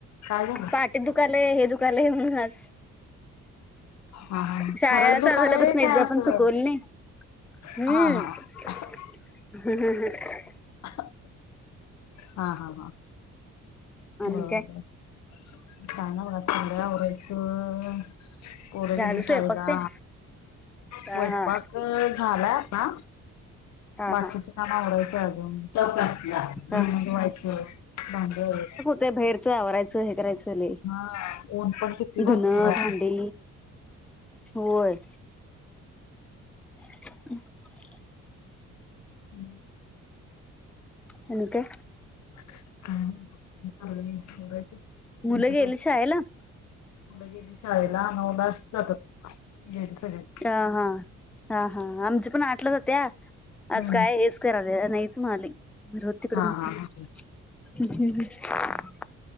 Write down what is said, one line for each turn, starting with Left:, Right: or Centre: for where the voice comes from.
Left: काय झालं
Centre: पाठीत दुकालय हे दुकालय म्हणून आज
Left: हा हा
Centre: शाळेला
Left: खरंच
Centre: चालु
Left: दुकान
Centre: झाल्यापासनं
Left: आहे काय
Centre: एकदा
Left: असं
Centre: पण चुकवली नाही.
Left: हा
Centre: हम्म.
Left: <inaudible>
Centre: <inaudible>
Left: हा हा हा बर.
Centre: आणि काय
Left: काय नाय बघा चाल्लय आवरायचं पोरं
Centre: झालं
Left: गेली शाळेला.
Centre: स्वयंपाक तेन हा
Left: स्वयपाक
Centre: हा
Left: झालाय आता
Centre: हा
Left: बाकीच
Centre: हा
Left: काम आवरायचं अजुन धुणं
Centre: हा
Left: धुवायचं, भांडी आवराय.
Centre: ते बाहेरचं आवरायचं हे करायचं चालुये
Left: हा ऊन पण किती भरपूर
Centre: धुन,
Left: आहे.
Centre: भांडी. होय. <inaudible>
Left: <inaudible>
Centre: आणि काय?
Left: <inaudible>
Centre: मुलं गेली शाळेला
Left: मुलं गलीत शाळेला नऊलाच जातात गेली सगळी.
Centre: हा हा हा हा हा आमची पण आठला जात्या. आज
Left: हम्म.
Centre: काय हेच कराले नाहीच म्हणाले जाऊदे तिकडं
Left: हा हा
Centre: मग हम्म
Left: हा.
Centre: हम्म हम्म. <unintelligible>